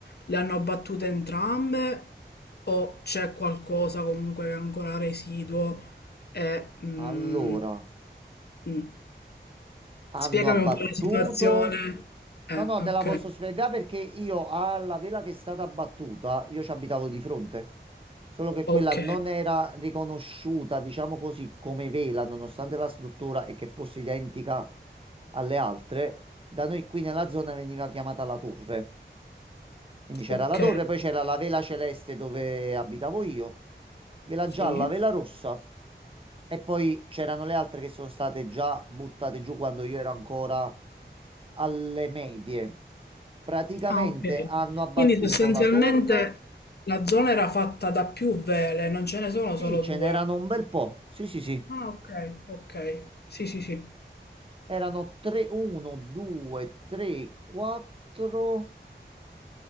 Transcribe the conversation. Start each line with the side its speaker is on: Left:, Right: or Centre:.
Left: le hanno abbattute entrambe o c'è qualcosa comunque che è ancora residuo e... mm,
Right: allora
Left: mm.
Right: hanno
Left: Spiegami
Right: abbattuto.
Left: un po' la situazione. Eh,
Right: No, no,
Left: ok.
Right: te la posso spiegare perché io alla vela che è stata abbattuta, io ci abitavo di fronte. Solo che quella
Left: Ok.
Right: non era riconosciuta, diciamo così, come vela, nonostante la struttura e che fosse identica alle altre. Da noi qui nella zona veniva chiamata la torre. Quindi c'era
Left: Ok.
Right: la torre, poi c'era la vela celeste dove abitavo io, vela gialla,
Left: Sì.
Right: vela rossa. E poi c'erano le altre che sono state già buttate giù quando io ero ancora alle medie. Praticamente
Left: Ah, ok.
Right: hanno abbattuto
Left: Quindi sostanzialmente
Right: la torre.
Left: la zona era fatta da più vele, non ce ne sono
Right: Sì,
Left: solo
Right: ce
Left: due.
Right: n'erano un bel po'. Sì, sì, sì.
Left: Ah, ok, ok. Sì, sì, sì.
Right: Erano 3, 1, 2, 3, 4.